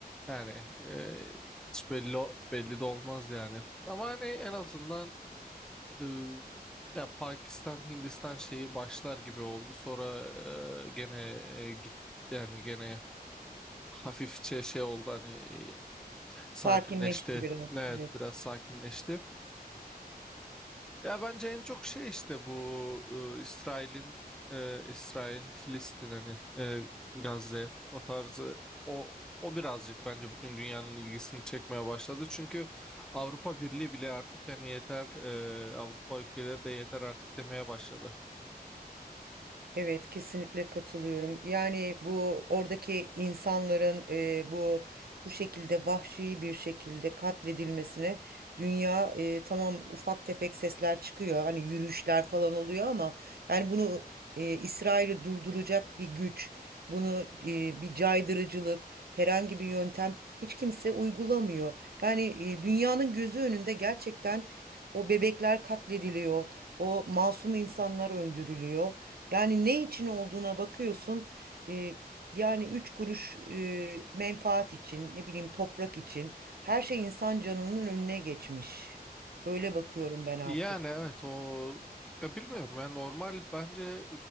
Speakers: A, in the centre; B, on the right (about 75°).
A: yani e, hiç belli belli de olmaz yani. Ama hani en azından e, ya Pakistan Hindistan şeyi başlar gibi oldu. Sonra e, gene e, git yani gene hafifçe şey oldu hani e, Sakinleşti.
B: Sakinleşti biraz.
A: Evet,
B: Evet.
A: biraz sakinleşti. Ya bence en çok şey işte bu e, İsrail'in e, İsrail, Filistin hani e, Gazze o tarzı o o birazcık bence bütün dünyanın ilgisini çekmeye başladı. Çünkü Avrupa Birliği bile artık yani yeter e, Avrupa ülkeleri de yeter artık demeye başladı.
B: Evet, kesinlikle katılıyorum. Yani bu oradaki insanların e, bu bu şekilde vahşi bir şekilde katledilmesine dünya e, tamam ufak tefek sesler çıkıyor. Hani yürüyüşler falan oluyor ama yani bunu e, İsrail'i durduracak bir güç, bunu e, bir caydırıcılık, herhangi bir yöntem hiç kimse uygulamıyor. Yani e, dünyanın gözü önünde gerçekten o bebekler katlediliyor. O masum insanlar öldürülüyor. Yani ne için olduğuna bakıyorsun. e, yani üç kuruş e, menfaat için, ne bileyim toprak için her şey insan canının önüne geçmiş. Böyle bakıyorum ben artık.
A: Yani evet o ya bilmiyorum yani normal bence